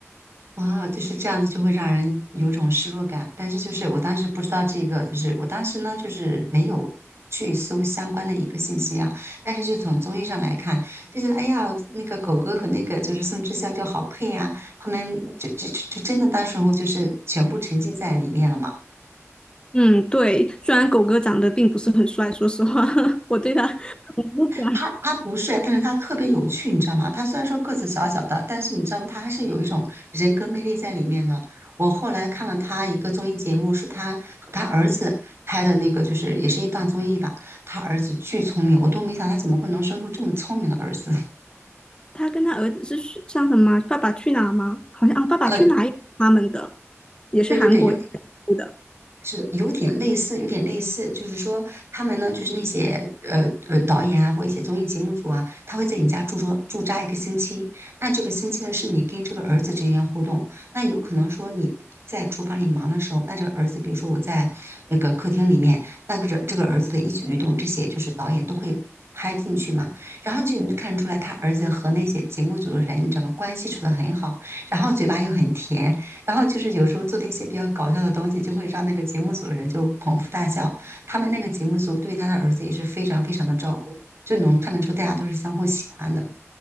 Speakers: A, on the right; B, on the left.
A: 哇，就是这样子，就会让人有种失落感。但是就是我当时不知道这个，就是我当时呢，就是没有去搜相关的一个信息啊。但是就从综艺上来看，就觉得哎呀，那个狗哥和那个就是宋智孝就好配啊，他们就就就就真的到时候就是全部沉浸在里面了嘛。
B: 嗯，对，虽然狗哥长得并不是很帅，说实话，<laughs> 我对他很不管。
A: 他他不帅，但是他特别有趣，你知道吗？他虽然说个子小小的，但是你知道吗？他还是有一种人格魅力在里面的。
B: 嗯，
A: 我后来看了他一个综艺节目，是他和他儿子拍的那个，就是也是一档综艺吧。他儿子巨聪明，我都没想他怎么会能生出这么聪明的儿子。<laughs>
B: 他跟他儿子是像什么啊《爸爸去哪儿》吗？好像啊，爸爸去哪儿》也是他们的，
A: 呃，
B: 也是韩国出的。
A: 对对对，有是的，有点类似，有点类似，就是说他们呢，就是那些呃呃导演啊，或一些综艺节目组啊，他会在你家住住驻扎一个星期。那这个星期呢，是你跟这个儿子之间互动。那有可能说你在厨房里忙的时候，那这个儿子，比如说我在那个客厅里面，那个这这个儿子的一举一动，这些就是导演都会拍进去嘛。然后就能看出来，他儿子和那些节目组的人，你知道吗？关系处得很好，然后嘴巴又很甜。然后就是有时候做的一些比较搞笑的东西，就会让那个节目组的人就捧腹大笑。他们那个节目组对他的儿子也是非常非常的照顾，就能看得出大家都是相互喜欢的。